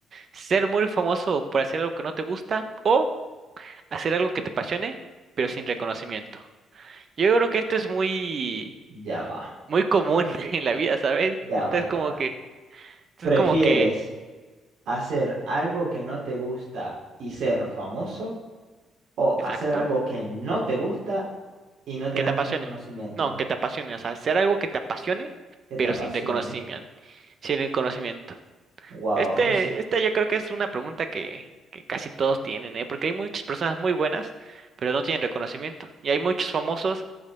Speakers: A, on the right; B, on the right.
A: Ser muy famoso por hacer algo que no te gusta o hacer algo que te apasione, pero sin reconocimiento. Yo creo que esto es muy,
B: Ya va,
A: muy común <laughs> en la vida, ¿sabes?
B: ya
A: Esto
B: va,
A: es
B: ya
A: como
B: va.
A: que, esto
B: ¿Prefieres
A: es como que,
B: hacer algo que no te gusta y ser famoso o
A: exacto.
B: hacer algo que no te gusta y no tener
A: que te apasione.
B: reconocimiento?
A: No, que te apasione, o sea, hacer algo que te apasione,
B: Que
A: pero
B: te apasione.
A: sin reconocimiento, sin reconocimiento.
B: Wow,
A: Este,
B: no sé.
A: esta yo creo que es una pregunta que, que casi todos tienen, ¿eh? Porque hay muchas personas muy buenas, pero no tienen reconocimiento. Y hay muchos famosos